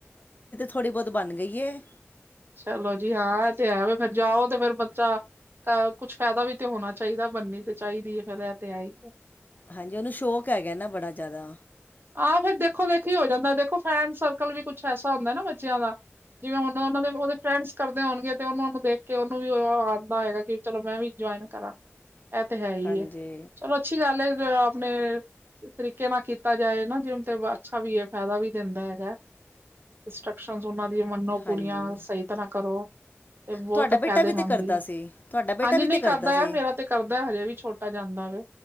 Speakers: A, on the left; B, on the right.
A: ਥੋੜੀ ਬਹੁਤ ਬਣ ਗਈ ਐ।
B: ਚਲੋ ਜੀ ਹਾਂ ਏ ਤੇ ਹੈ, ਵੇ ਫੇਰ ਜਾਓ ਤੇ ਫੇਰ ਬੱਚਾ ਤਾਂ ਕੁਛ ਫੈਦਾ ਵੀ ਤੇ ਹੋਣਾ ਚਾਹੀਦਾ ਬਣਨੀ ਤੇ ਚਾਹੀਦੀ ਐ ਫੇਰ ਏ ਤੇ ਹੈ ਹੀ ਏ।
A: ਹਾਂਜੀ ਓਹਨੂੰ ਸ਼ੌਕ ਹੈਗਾ ਨਾ ਬੜਾ ਜ਼ਿਆਦਾ।
B: ਆਹ ਫੇਰ ਦੇਖੋ ਵੇਖੀ ਹੋ ਜਾਂਦਾ ਏ ਦੇਖੋ ਫਰੈਂਡ ਸਰਕਲ ਵੀ ਕੁੱਛ ਐਸਾ ਹੁੰਦਾ ਨਾ ਬੱਚਿਆਂ ਦਾ। ਜਿਵੇਂ ਹੁਣ ਉਹਨਾਂ ਦੇ ਵੀ ਓਦੇ ਫਰੈਂਡਸ ਕਰਦੇ ਹੋਣਗੇ ਤੇ ਉਹਣਾ ਨੂੰ ਦੇਖ ਕੇ ਓਹਨੂੰ ਵੀ ਉਹ ਆਉਂਦਾ ਹੋਏਗਾ ਕਿ ਚਲੋ ਮੈਂ ਵੀ ਜੁਆਇਨ ਕਰਾਂ। ਇਹ ਤੇ ਹੈ ਹੀ
A: ਹਾਂਜੀ
B: ਐ ਚਲੋ ਅੱਛੀ ਗੱਲ ਹੈ ਆਪਣੇ ਤਰੀਕੇ ਨਾ ਕੀਤਾ ਜਾਏ ਨਾ ਜਿਮ ਤੇ ਅੱਛਾ ਵੀ ਐ ਫੈਦਾ ਵੀ ਦਿੰਦਾ ਹੈਗਾ ਐ। ਇੰਸਟਰਕਸ਼ਨ ਉਹਨਾਂ ਦੀਆਂ ਮਨੋ ਪੂਰੀਆਂ
A: ਹਾਂਜੀ
B: ਸਹੀ ਤਰਾ ਕਰੋ ਤੇ ਬਹੁਤ
A: ਤੁਹਾਡਾ ਬੇਟਾ
B: ਫੈਦੇਮੰਦ
A: ਵੀ ਤੇ ਕਰਦਾ
B: ਹੀ ਐ
A: ਸੀ ਤੁਹਾਡਾ ਬੇਟਾ
B: ਹਾਂਜੀ
A: ਵੀ
B: ਨਹੀਂ
A: ਤੇ
B: ਕਰਦਾ
A: ਸੀ
B: ਐ ਮੇਰਾ ਤੇ ਕਰਦਾ ਐ ਹਜੇ ਵੀ ਛੋ। <unintelligible> ਤਾ ਜਾਂਦਾ ਵੇ